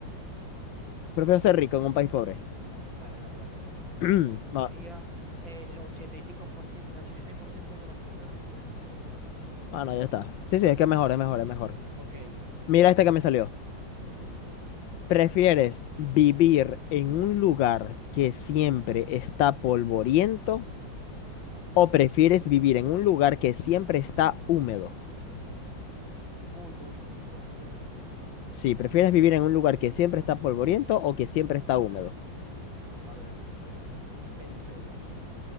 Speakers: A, on the left; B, on the right.
A: Prefiero ser rico en un país pobre.
B: Dale, dale, dale.
A: <clears throat>
B: Esto sería
A: Va-
B: el 85%, el 86% de las personas decidieron escoger esa.
A: Ah, no, ya está. Sí, sí, es que es mejor, es mejor, es mejor.
B: Ok.
A: Mira esta que me
B: Mm,
A: salió.
B: Ujú.
A: ¿Prefieres vivir en un lugar que siempre está polvoriento o prefieres vivir en un lugar que siempre está húmedo?
B: ¿Polvoriento o húmedo?
A: Sí, ¿prefieres vivir en un lugar que siempre está polvoriento o que siempre está húmedo?
B: A ver, pensemos.